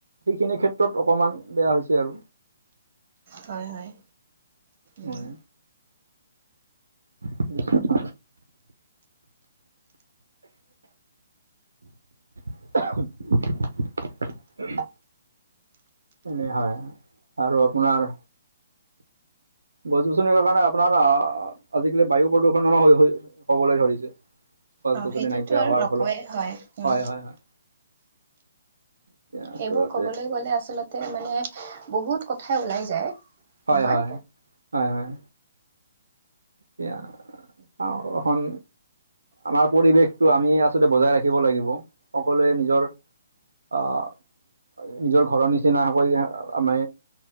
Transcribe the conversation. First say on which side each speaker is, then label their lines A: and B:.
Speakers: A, on the right (about 75°); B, on the right (about 40°).
A: সেইখিনি ক্ষেত্ৰত অকমান বেয়া হৈছে আৰু।
B: হয় হয়,
A: মই
B: উম।
A: <inaudible> <inaudible> <inaudible> এনেই হয় আৰু আপোনাৰ গছ গছনিৰ কাৰণে আপোনাৰ আহ আজিকালি বায়ু প্ৰদূষণো হৈ হৈ হবলৈ ধৰিছে। গছ
B: অঁ
A: গছনি
B: সেইটোতো
A: নাইকিয়া
B: আৰু
A: হোৱাৰ
B: নকয়ে
A: ফলত
B: হয় উম
A: হয় হয় হয় এতিয়া আচলতে
B: সেইবোৰ ক'বলৈ গ'লে আচলতে মানে বহুত কথাই ওলাই যায়।
A: হয়
B: নহয়
A: হয়, হয় হয়। এতিয়া চাওঁ এখন আমাৰ পৰিৱেশটো আমি আ ছলতে বজাই ৰাখিব লাগিব, সকলোৱে নিজৰ আহ নিজৰ ঘৰৰ নিচিনাকৈ আমি